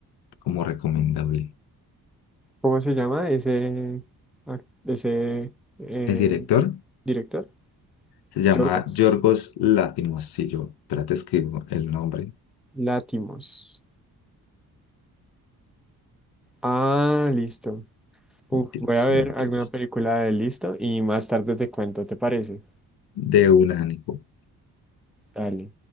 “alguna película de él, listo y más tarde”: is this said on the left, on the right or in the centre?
Centre